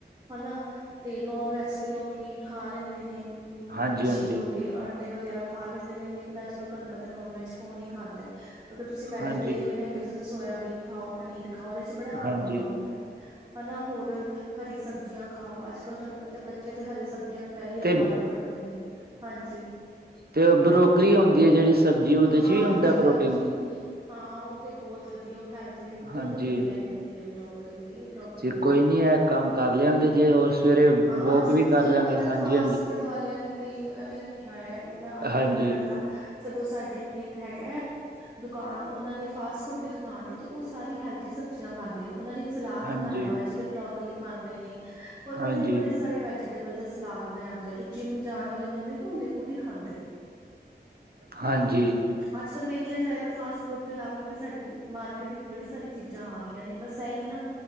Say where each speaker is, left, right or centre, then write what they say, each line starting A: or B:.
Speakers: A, on the right; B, on the right.
A: ਹਨਾ ਤੇ ਨੋਨ ਵੈਜ ਤੇ ਲੋਕੀ ਖਾ ਲੈਂਦੇ ਨੇ। ਹਮ,
B: ਹਾਂਜੀ
A: ਮੱਛੀ
B: ਹਾਂਜੀ
A: ਹੋ ਗਏ ਅੰਡੇ ਵਗੈਰਾ ਖਾ ਲੈਂਦੇ ਨੇ। ਲੇਕਿਨ ਅੱਜ ਕੱਲ ਲ ਤੁਹਾਨੂੰ ਪਤਾ ਨੋਨ ਵੈਜ ਕੌਨ ਹੀ ਖਾਂਦਾ ਹੈ, ਅਗਰ ਤੁਸੀਂ ਵੈਜੀਟੇਰੀਅਨ
B: ਹਾਂਜੀ
A: ਹੈਗੇ ਤੁਸੀਂ ਸੋਇਆਬੀਨ ਖਾਓ ਪਨੀਰ ਖਾਓ ਉਹਦੇ ਚ ਬੜਾ ਪ੍ਰੋਟੀਨ
B: ਹਾਂਜੀ
A: ਹੁੰਦਾ
B: ਹਾਂਜੀ
A: ਹੈ, ਹਨਾ ਹੋਰ ਹਰੀ ਸਬਜ਼ੀਆਂ ਖਾਓ, ਅੱਜ ਕੱਲ੍ਹ ਤੁਹਾਨੂੰ ਪਤਾ ਬੱਚੇ ਤੇ ਹਰੀ ਸਬਜ਼ੀਆਂ ਨੂੰ ਪਹਿਲੇ ਹੀ
B: ਤੇ
A: ਅਵੋਇਡ ਕਰਦੇ ਨੇ ਹਾਂਜੀ।
B: ਤੇ ਉਹ ਬਰੋਕਰੀ ਹੁੰਦੀ ਹੈ ਜਿਹੜੀ ਸਬਜ਼ੀ ਉਹਦੇ
A: ਹਾਂਜੀ
B: ਚ ਵੀ ਹੁੰਦਾ
A: ਹਾਂਜੀ
B: ਪ੍ਰੋਟੀਨ
A: ਹਾਂ ਉਹ ਤੇ ਬਹੁਤ ਵਧੀਆ ਉਹ ਹੈਲਥ ਮਤ ਲਈ ਬਹੁਤ
B: ਹਾਂਜੀ
A: ਵਧੀਆ ਹੈਗੀ ਆ ਬਰੋਕਰੀ ਤੇ ਬਰੋਕਲੀ
B: ਜੀ ਕੋਈ ਨੀ ਇਹ ਕੰਮ ਕਰ ਲਿਆਂਗੇ ਜੇ ਹੋਰ ਸਵੇਰੇ
A: ਹਾਂ
B: ਵੋਕ
A: ਅੱਜ ਕੱਲ
B: ਵੀ
A: ਤਾਂ
B: ਕਰ
A: ਤੁਹਾਨੂੰ
B: ਲਿਆਂਗੇ
A: ਪਤਾ
B: ਹਾਂਜੀ
A: ਫਾਸਟ ਫੂਡ ਵਾਲਿਆਂ ਨੇ ਤੇ ਇਹ ਵੀ ਰੱਖਿਆ ਹੋਇਆ ਹੈ ਇੰਨਾ ਅਲੱਗ
B: ਹਾਂਜੀ
A: ਤਰਾ ਦਾ। ਸਗੋਂ ਸਾਡੇ ਇੱਥੇ ਇੱਕ ਹੈਗਾ ਹੈ, ਦੁਕਾਨ ਉਹਨਾਂ ਨੇ ਫਾਸਟ ਫੂਡ ਦੀ ਦੁਕਾਨ ਤੇ ਉਹ ਸਾਰੀ ਹੈਲਦੀ ਸਬਜ਼ੀਆਂ ਪਾਉਂਦੇ ਨੇ, ਉਹ ਨੇ ਇੱਕ ਸਲਾਦ
B: ਹਾਂਜੀ
A: ਬਣਾਇਆ ਵ ਜਿਹਦੇ ਬਰੋਕਲੀ ਪਾਉਦੇ ਨੇ। ਹੋਰ
B: ਹਾਂਜੀ
A: ਪਤਾ ਨੀ ਬੜੇ ਸਾਰੇ ਵੈਜੀਟੇਬਲ ਦਾ ਸਲਾਦ ਬਣਾਇਆ ਹੁੰਦਾ ਜੋ ਜਿੰਮ ਜਾਣ ਵਾਲੇ ਬੰਦੇ ਨੀ ਹੁੰਦੇ ਉਹ ਵੀ ਖਾਂਦੇ ਨੇ।
B: ਹਾਂਜੀ।
A: ਅੱਜ ਕੱਲ੍ਹ ਵੇਖਿਆ ਜਾਏ ਤਾਂ ਫਾਸਟ ਫੂਡ ਤੋਂ ਇਲਾਵਾ ਵੀ ਸਾਡੇ ਮਾਰਕੀਟ ਵਿੱਚ ਬੜੀ ਸਾਰੀ ਚੀਜ਼ਾਂ ਆ ਗਈਆਂ ਨੇ, ਬਸ ਇ ਹੀ ਨਾ